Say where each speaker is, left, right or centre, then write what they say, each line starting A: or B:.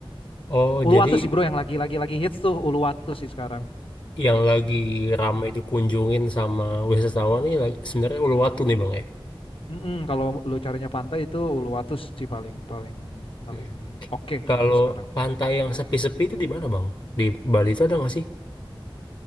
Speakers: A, on the left; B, on the left.
A: Oh,
B: Uluwatu
A: jadi
B: sih bro yang lagi-lagi lagi lagi- lagi hits tuh Uluwatu sih sekarang.
A: yang lagi rame dikunjungin sama wisatawan nih lagi- sebenarnya Uluwatu nih Bang ya?
B: Mm-mm, kalau lu carinya pantai itu Uluwatu sih paling paling paling
A: Hmm.
B: oke
A: Kalau
B: gitu sekarang.
A: pantai yang sepi-sepi itu di mana Bang? Di Bali itu ada nggak sih?